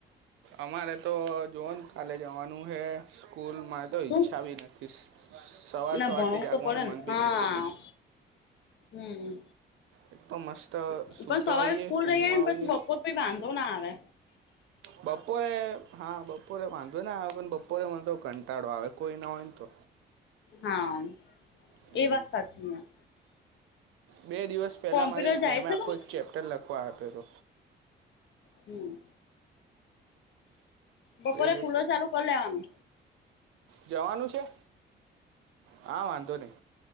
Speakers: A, on the right; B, on the left.
A: અમારે તો જોન કાલે જવાનું હે સ્કૂલમાં તો
B: શું?
A: ઈચ્છા ભી નથી સવાર
B: ના
A: સવારથી
B: ભણવું
A: જાગવાનું
B: તો પડે
A: મન
B: ને
A: ભી
B: હા
A: નહી થતું
B: હમ
A: એક તો મસ્ત
B: હ
A: સૂતા
B: પણ સવારે
A: હોઈએ
B: સ્કૂલ
A: ઊંઘમાં
B: રહી આવી ને
A: હોઈએ
B: પછી બપોર પ વાંધ શું ના આવે
A: બપોરે હા બપોરે માંધ જો ના આવે પણ બપોરે મને તો કંટાળો આવે કોઈ ના હોય ને તો
B: હા
A: હમ
B: એ વાસ સાચવીીયા
A: બે દિવસ પહેલા
B: કોમ્પ્યુટર
A: મારી એક
B: જાય
A: મેમે
B: છે
A: આખો
B: તું
A: એક ચેપ્ટર લખવા આપ્યો હતો
B: હમ બપોરે
A: એને
B: કુલર ચાલુ કરી લેવાનું
A: જવાનું છે હા વાંધો નહી